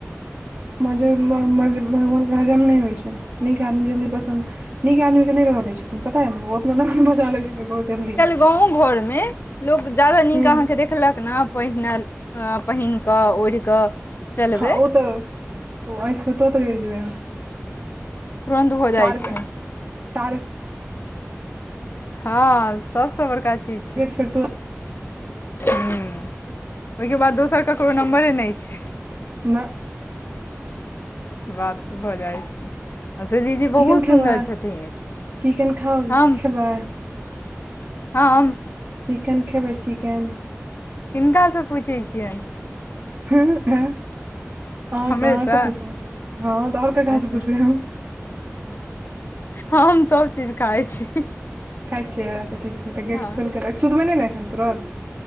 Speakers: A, on the right (about 35°); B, on the left (about 45°).
A: मज मज भगवानके हजम नइ होइ छै नीक आदमी जल्दी पसन्द नीक आदमीके नहि रहऽ दै छथिन पता हइ ने ओ अपना लग बचा लै छथिन बहुत जल्दी
B: गाँव घर में लोक जादा नीक
A: हूँ
B: अहाँके देखलक ने पहिनल अ पहिन कऽ ओढ़ि कऽ चलबै
A: हँ ओ तऽ ओ आंखि में तो तऽ गिर जेबै
B: तुरन्त हो जाइ
A: टारगे
B: छै
A: टारगेट
B: हँ सबस बड़का चीज
A: गि फ
B: हम्म ओहिके बाद दोसर ककरो नम्बरे नइ छै
A: नइ
B: बात भऽ जाइ छै से दीदी बहुत
A: चिकेन
B: सुन्दर
A: खेबै
B: छथिन
A: चिकेन खाउ
B: हम
A: खेबै
B: हम
A: चिकेन खेबै चिकेन
B: किनकासँ पूछैए छियनि
A: <unintelligible> आहाँके
B: हमरेसँ
A: आके पुछलहु हँ तऽ ओर क कह
B: अच्छा
A: से पुछबै हम
B: हम सब चीज खाइ छी
A: खाइ छीय अच्छा ठीक छै तऽ गेट
B: हँ
A: खोल के रखऽ सुतबै नइ ने एखन तुरत